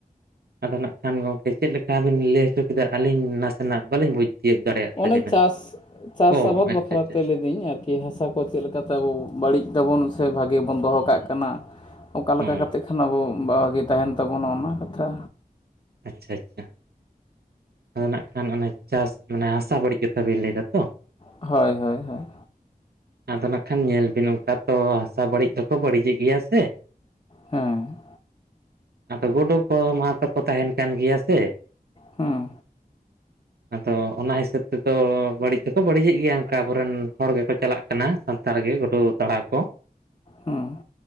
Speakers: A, on the right; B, on the left.
A: ᱟᱫᱚ ᱱᱟᱜ ᱠᱷᱟᱱ ᱜᱚᱝᱠᱮ ᱪᱮᱫ ᱞᱮᱠᱟ ᱵᱤᱱ ᱞᱟᱹᱭ ᱦᱚᱪᱚ ᱠᱮᱫᱟ ᱟᱹᱞᱤᱧ ᱱᱟᱥᱮᱱᱟᱜ ᱵᱟᱹᱞᱤᱧ ᱵᱩᱡᱽ ᱛᱤᱭᱳᱜ ᱫᱟᱲᱮᱭᱟᱜ
B: ᱚᱱᱮ
A: ᱛᱟᱹᱵᱤᱱᱟ᱾
B: ᱪᱟᱥ, ᱪᱟᱥ
A: ᱚ
B: ᱟᱵᱟᱫᱽ ᱵᱟᱠᱷᱨᱟᱛᱮ
A: ᱟᱪᱪᱷᱟ ᱟᱪᱪᱷᱟ ᱟᱪᱪᱷᱟ
B: ᱞᱟᱹᱭᱫᱟᱹᱧ ᱟᱨᱠᱤ ᱦᱟᱥᱟ ᱠᱚ ᱪᱮᱫᱞᱮᱠᱟ ᱟᱵᱚ ᱵᱟᱹᱲᱤᱡ ᱫᱟᱵᱚᱱ ᱥᱮ ᱵᱷᱟᱜᱮ ᱵᱚᱱ ᱫᱚᱦᱚ ᱠᱟᱜ ᱠᱟᱱᱟ, ᱚᱠᱟ
A: ᱚ
B: ᱞᱮᱠᱟ ᱠᱟᱛᱮᱜ ᱠᱷᱟᱱ ᱟᱵᱚ ᱵᱷᱟᱜᱮ ᱛᱟᱦᱮᱱ ᱛᱟᱵᱚᱱᱟ ᱚᱱᱟ ᱠᱟᱛᱷᱟ?
A: ᱟᱪᱪᱷᱟ ᱟᱪᱪᱷᱟ᱾ ᱦᱚᱸ ᱱᱟᱜ ᱠᱷᱟᱱ ᱚᱱᱟ ᱪᱟᱥ ᱢᱟᱱᱮ ᱦᱟᱥᱟ ᱵᱟᱹᱲᱤᱡ ᱠᱟᱛᱷᱟ ᱵᱤᱱ ᱞᱟᱹᱭᱫᱟᱛᱚ?
B: ᱦᱳᱭ ᱦᱳᱭ ᱦᱳᱭ᱾
A: ᱟᱫᱚ ᱱᱟᱜ ᱠᱷᱟᱱ ᱧᱮᱞ ᱵᱤᱱ ᱚᱱᱠᱟ ᱛᱚ ᱦᱟᱥᱟ ᱵᱟᱹᱲᱤᱡ ᱫᱚᱠᱚ ᱵᱟᱹᱲᱤᱡᱮᱜ ᱜᱮᱭᱟ ᱥᱮ᱾
B: ᱦᱮᱸ᱾
A: ᱟᱫᱚ ᱜᱩᱰᱩ ᱠᱚ ᱢᱟᱴᱷ ᱨᱮᱠᱚ ᱛᱟᱦᱮᱱ ᱠᱟᱱ ᱜᱮᱭᱟ ᱥᱮ᱾
B: ᱦᱮᱸ᱾
A: ᱟᱫᱚ ᱚᱱᱟ ᱦᱤᱥᱟᱹᱵᱽ ᱛᱮᱫᱚ ᱵᱟᱹᱲᱤᱡ ᱫᱚᱠᱚ ᱵᱟᱹᱲᱤᱡᱮᱫ ᱜᱮᱭᱟ ᱚᱝᱠᱟ ᱟᱵᱚᱨᱮᱱ ᱦᱚᱲ ᱜᱮᱠᱚ ᱪᱟᱞᱟᱜ ᱠᱟᱱᱟ ᱥᱟᱱᱛᱟᱲ ᱜᱮ ᱜᱩᱰᱩ ᱛᱟᱲᱟᱣ ᱠᱚ᱾
B: ᱦᱩᱸ᱾